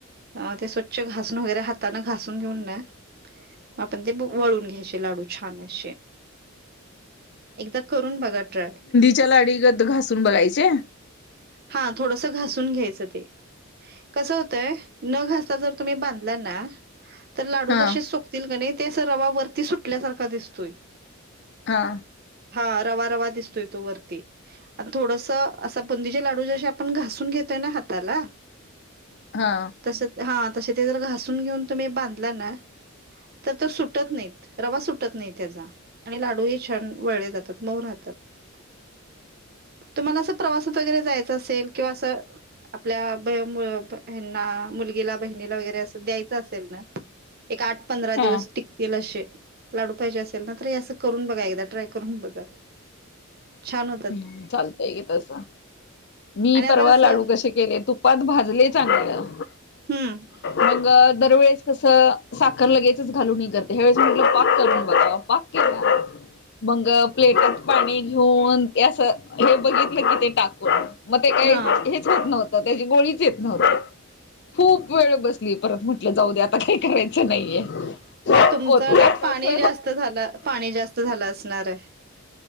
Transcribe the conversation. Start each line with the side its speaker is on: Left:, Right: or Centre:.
Right: अ ते स्वच्छ घासून वगैरे हाताने घासून घेऊन न आपण ते वळून घ्यायचे लाडू छान असे एकदा करून बघा ट्राय
Left: च्याला अडीगत घासून बघायचे.
Right: हा थोडस घासून घ्यायचं ते. कस होतंय न घासता जर तुम्ही बांधला ना तर लाडू
Left: हा
Right: जसे सुोकतील का नाही तेस रवावररती सुटल्यासारखा दिसतोय
Left: हा.
Right: हा रवा रवा दिसतोय तो वरती आणि थोडस असा बुंदीजे लाडू जस जस घासून घेतोय ना हाताला
Left: हा
Right: तस हा त ते जर घासून घेऊन तुम्ही बांधला ना तर तो सुटत नाहीत रवा सुटत नाही त्याचा आणि लाडू हे छान वळले जातात मऊ राहत. <unintelligible> तुम्हाला असं प्रवासात वगैरे जायचं असेल किंवा असं आपल्या बना मुलगीला बहिणीला वगैरे असं द्यायचं असेल ना एक आठ पंधरा दिवस
Left: हा
Right: टिकतील अशे लाडू पाहिजे असेल ना तर असं करून बघा एकदा ट्राय करून बघा छान हो
Left: हम्म चालतय की तस. मी
Right: आणि आता
Left: परवा
Right: कसं
Left: लाडू कसे केले तुपात भाजले चांगलं
Right: हम्म
Left: मग दरवेळेस कसं साखर लगेचच घालून करत ह्या वेळेस म पाक करून बघा पाक केला मग प्लेटीत पाणी घेऊन असं हे बघितलं की ते टाकून मग ते काही
Right: हा
Left: हेच यत नव्हतं त्याची गोळीच येत नव्हत खूप वेळ बसली परत म्हण टल जाऊ दे आता काही करायचं नाहीये.
Right: मग तुमचं
Left: होत
Right: ना पाणी जास्त झालं पाणी जास्त झालं असणार आहे.